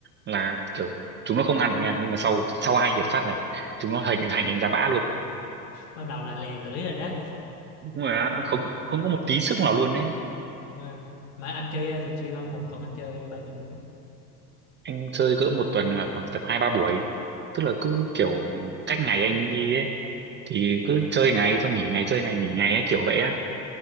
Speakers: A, on the right; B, on the left.
A: là kiểu chúng nó không ăn được nha, nhưng mà sau sau hai hiệp phát là chúng nó hành hành đánh giá bã luôn.
B: bắt đầu là lè lưỡi rồi đó
A: Đúng là
B: Ồ,
A: không không có một tí sức nào luôn đấy.
B: mà, mà anh chơi ờ, thường xuyên không một tuần anh chơi bao nhiêu buổi
A: Anh chơi cỡ một tuần là khoảng tầm hai ba buổi. Tức là cứ kiểu cách ngày anh đi ấy thì cứ chơi ngày xong nghỉ ngày chơi ngày nghỉ ngày ấy kiểu vậy á.